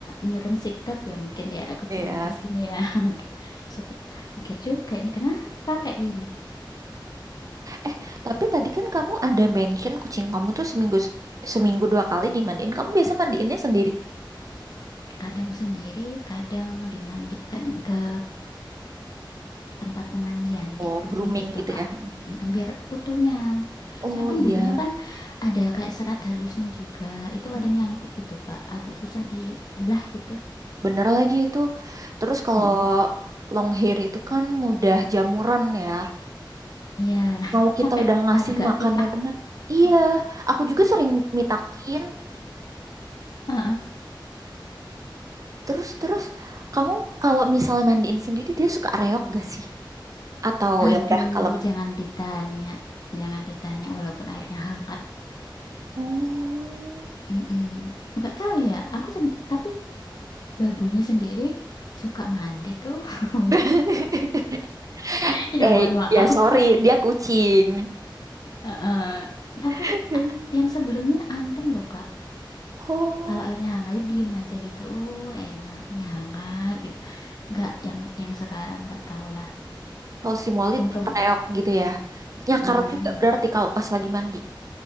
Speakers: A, on the left; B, on the right.
A: nurun sikap ya mungkin ya kucing
B: Iya.
A: yang di sini ya. <laughs> Oke. Sempet mikir juga ini kenapa kayak gini.
B: Eh, tapi tadi kan kamu ada mention kucing kamu tuh seminggu seminggu dua kali dimandiin. Kamu biasa mandiinnya sendiri?
A: Kadang sendiri, kadang dimandikan ke tempat pemandian, di
B: Oh,
A: grooming
B: grooming
A: gitu,
B: gitu
A: Kak.
B: ya? Hmm.
A: Mm, Biar kutunya.
B: Oh
A: Soalnya kan
B: iya,
A: bulunya kan ada kayak serat halusnya juga. Itu
B: Hmm.
A: kadang nyangkut gitu, Kak. Agak susah dibelah gitu.
B: bener lagi itu. Terus kalau
A: Mm-mm.
B: long hair itu kan mudah jamuran ya.
A: Iya, <laughs>
B: mau kita
A: sampai
B: udah ngasih
A: agak
B: makannya
A: pitak.
B: bener iya aku juga sering mitakin
A: Heeh.
B: terus terus kamu kalau misalnya mandiin sendiri dia suka reok gak sih atau
A: Aduh,
B: ya udah kalem
A: jangan ditanya. Jangan ditanya walaupun airnya hangat.
B: oh
A: Mm-mm. Nggak tahu ya. Aku sem- tapi babunya sendiri suka mandi tuh. <laughs>
B: <laughs>
A: Ya
B: eh
A: mohon maaf.
B: ya sorry dia kucing
A: Heeh. Tapi
B: <laughs>
A: a- yang sebelumnya antem loh Kak.
B: oh
A: Kalau airnya hangat dia diem aja gitu. Oh enak nih hangat gitu. Nggak yang yang sekarang nggak tahu lah.
B: kalau si Molly
A: Untung.
B: tetep reok gitu ya nyakar
A: Mm,
B: juga berarti kalau pas lagi mandi <laughs>